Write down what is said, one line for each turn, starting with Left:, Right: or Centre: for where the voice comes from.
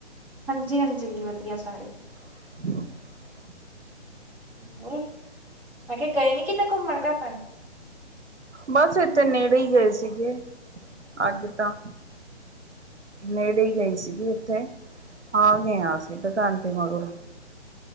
Centre: ਹਾਂਜੀ ਹਾਂਜੀ ਵਧੀਆ ਸਾਰੇ।
Right: <unintelligible>
Centre: ਹੋਰ, ਮੈਂ ਕੈ ਗਏ ਨੀ ਕਿਤੇ ਘੁੰਮਣ ਘਾਮਣ।
Right: ਬਸ ਏਥੇ ਨੇੜੇ ਈ ਗਏ ਸੀਗੇ ਅੱਜ ਤਾਂ। ਨੇੜੇ ਈ ਗਈ ਸੀਗੀ ਏਥੇ ਆ ਗਏ ਆਂ ਅਸੀ ਦੁਕਾਨ ਤੇ ਮਗਰੋਂ।